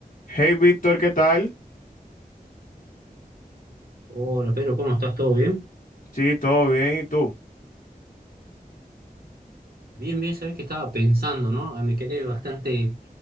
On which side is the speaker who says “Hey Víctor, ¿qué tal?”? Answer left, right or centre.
Left